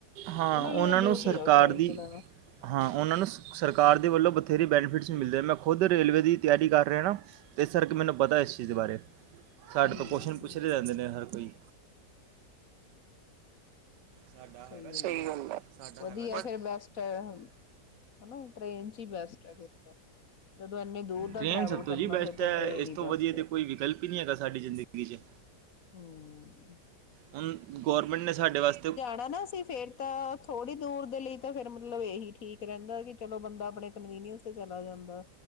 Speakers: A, on the right; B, on the left.
A: ਹਾਂ,
B: ਉਹਨਾਂ ਲਈ
A: ਉਨਾਂ
B: ਤਾਂ ਡਿਊਟੀ
A: ਨੂੰ ਸਰਕਾਰ
B: ਆ ਉਹ ਟ੍ਰੇਨ
A: ਦੀ,
B: ਚਲਾਉਣਾ
A: ਹਾਂ, ਓਨਾਂ ਨੂੰ ਸਰਕਾਰ ਦੇ ਵੱਲੋਂ ਬਥੇਰੀ ਬੈਨੀਫਿਟਸ ਮਿਲਦੇ ਮੈਂ ਖੁਦ ਰੇਲਵੇ ਦੀ ਤਿਆਰੀ ਕਰ ਰਿਆ ਨਾ ਤੇ ਸਰ ਕ ਮੈਨੂੰ ਪਤਾ ਇਸ ਚੀਜ ਦੇ ਬਾਰੇ। ਸਾਡੇ
B: ਹਮ
A: ਤੋਂ ਕੁਸ਼ਚਨ ਪੁੱਛ ਰੇ ਰੈਂਦੇ ਨੇ ਹਰ ਬਈ। ਸਾਡਾ ਹੈਗਾ,
B: ਸਹੀ
A: ਸਾਡਾ
B: ਗੱਲ ਹੈ ਵਧੀਆ
A: ਹੈਗਾ,
B: ਫੇਰ ਬੈਸਟ ਹੈ ਹਨਾ ਟ੍ਰੇਨ ਚ ਹੀ ਬੈਸਟ ਹੈ ਫਿਰ ਤਾਂ ਜਦੋਂ ਇੰਨੇ ਦੂਰ ਦਾ
A: ਟ੍ਰੇਨ
B: ਟਰੈਵਲ
A: ਸਬ ਤੋ
B: ਕਰਨਾ
A: ਜੀ ਬੈਸਟ
B: ਫਿਰ ਤਾਂ
A: ਐ,
B: ਟ੍ਰੇਨ
A: ਇਸ
B: ਹੀ
A: ਤੋਂ
B: ਬੈਸਟ
A: ਵਦੀਆ ਤੇ
B: ਹੈ
A: ਕੋਈ ਵਿਕਲਪ ਹੀ ਨੀ ਹੈਗਾ ਸਾਡੀ ਜ਼ਿੰਦਗੀ ਚ।
B: ਹਮ
A: ਹੁਨ ਗੋਰਮੇਂਟ ਨੇ ਸਾਡੇ ਵਾਸ
B: ਨਾ ਨਾ ਅਸੀਂ ਫੇਰ ਤਾਂ ਥੋੜੀ ਦੂਰ ਦੇ ਲਈ ਤਾਂ ਫੇਰ ਮਤਲਬ ਇਹੀ ਠੀਕ ਰਹਿੰਦਾ ਕਿ ਚਲੋ ਬੰਦਾ ਆਪਣੇ ਕਨਵੀਨੀਅੰਸ ਤੇ ਚਲਾ ਜਾਂਦਾ